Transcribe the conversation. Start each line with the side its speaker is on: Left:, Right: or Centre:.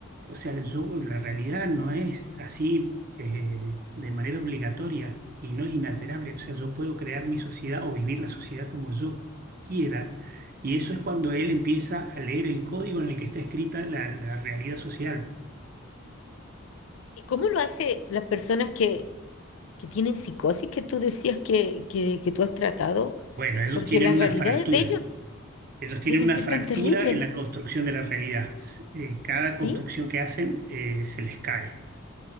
Right: o sea, yo- la realidad no es así eh, de manera obligatoria y no es inalterable. O sea, yo puedo crear mi sociedad o vivir la sociedad como yo quiera. Y eso es cuando él empieza a leer el código en el que está escrita la la realidad social.
Left: ¿Y cómo lo hace las personas que, que tienen psicosis que tú decías que, que, que tú has tratado?
Right: Bueno, ellos
Left: Porque
Right: tienen
Left: las
Right: una
Left: realidades
Right: fractura.
Left: de ellos
Right: Ellos tienen
Left: deben
Right: una
Left: ser
Right: fractura
Left: tan terribles,
Right: en la construcción de la realidad. S- eh, cada construcción
Left: ¿sí?
Right: que hacen eh, se les cae.